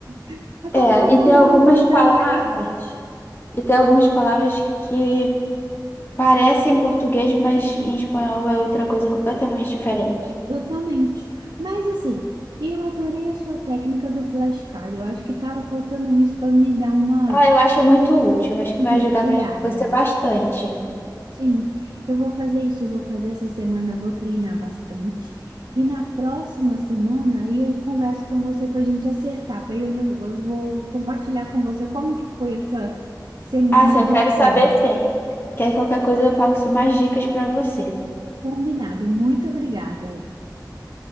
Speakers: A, on the right (about 90°); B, on the left (about 30°).
A: <laughs> É como
B: É,
A: que eu conjugo
B: e tem algumas
A: um
B: palavras,
A: trem desse?
B: e tem algumas palavras que parecem português, mas em espanhol é outra coisa completamente diferente.
A: Totalmente. Mas assim, eu adorei a sua técnica do flashcard. Eu acho que tava faltando isso para me dar uma
B: Ah, eu acho muito útil. Acho que vai
A: gatilhada.
B: ajudar bas- você bastante.
A: Sim, eu vou fazer isso, eu vou fazer essa semana, vou treinar bastante. E na próxima semana aí eu converso com você para a gente acertar. Aí eu vou, eu vou compartilhar com você como que foi essa semana
B: Ah, sim, eu
A: de
B: quero
A: estudo.
B: saber sim. Que aí qualquer coisa eu passo mais dicas para você.
A: Combinado. Muito obrigada.